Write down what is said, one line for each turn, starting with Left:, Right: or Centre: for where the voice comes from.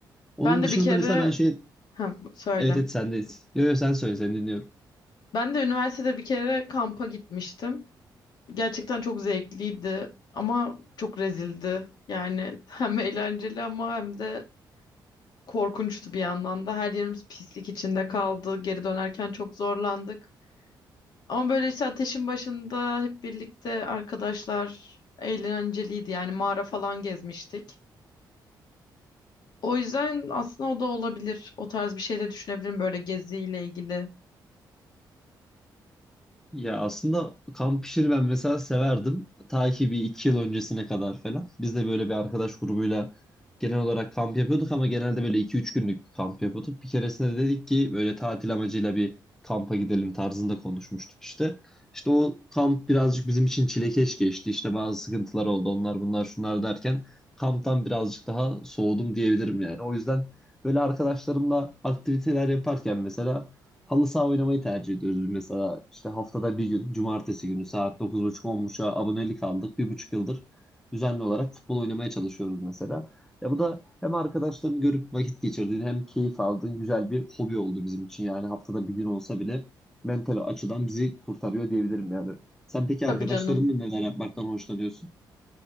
Centre: Onun
Left: Ben de
Centre: dışında
Left: bir kere
Centre: da mesela ben şey
Left: Ha, bu- söyle.
Centre: evet evet sendeyiz. Yo yo sen söyle seni dinliyorum.
Left: Ben de üniversitede bir kere kampa gitmiştim. Gerçekten çok zevkliydi ama çok rezildi. Yani <laughs> hem eğlenceli ama hem de korkunçtu bir yandan da. Her yerimiz pislik içinde kaldı. Geri dönerken çok zorlandık. Ama böyle işte ateşin başında hep birlikte arkadaşlar eğlenceliydi. Yani mağara falan gezmiştik. O yüzden aslında o da olabilir. O tarz bir şey de düşünebilirim böyle geziyle ilgili.
Centre: Ya aslında kamp işini ben mesela severdim. Ta ki bir iki yıl öncesine kadar falan. Biz de böyle bir arkadaş grubuyla genel olarak kamp yapıyorduk ama genelde böyle iki üç günlük bir kamp yapıyorduk. Bir keresinde de dedik ki böyle tatil amacıyla bir kampa gidelim tarzında konuşmuştuk işte. İşte o kamp birazcık bizim için çilekeş geçti. İşte bazı sıkıntılar oldu onlar bunlar şunlar derken kamptan birazcık daha soğudum diyebilirim yani. O yüzden böyle arkadaşlarımla aktiviteler yaparken mesela Halı saha oynamayı tercih ediyoruz biz mesela. işte haftada bir gün, cumartesi günü saat dokuz buçuk on 1030a abonelik aldık. Bir buçuk yıldır düzenli olarak futbol oynamaya çalışıyoruz mesela. Ya bu da hem arkadaşlarını görüp vakit geçirdiğin hem keyif aldığın güzel bir hobi oldu bizim için. Yani haftada bir gün olsa bile mental açıdan bizi kurtarıyor diyebilirim yani. Sen peki
Left: Tabii
Centre: arkadaşlarınla
Left: canım.
Centre: neler yapmaktan hoşlanıyorsun?